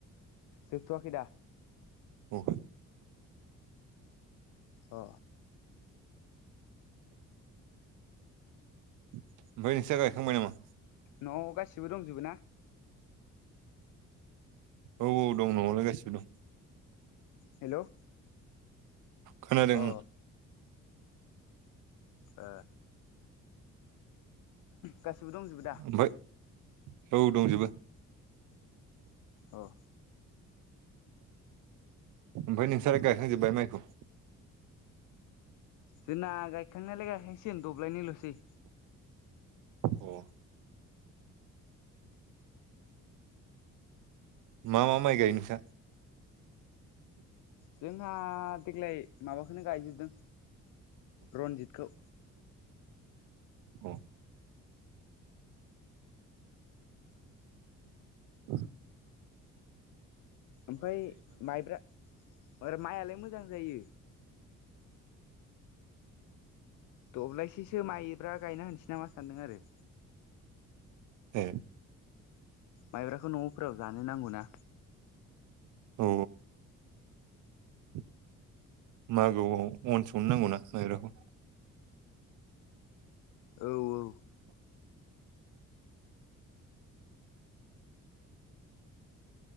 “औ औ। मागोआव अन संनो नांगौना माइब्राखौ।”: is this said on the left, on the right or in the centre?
Right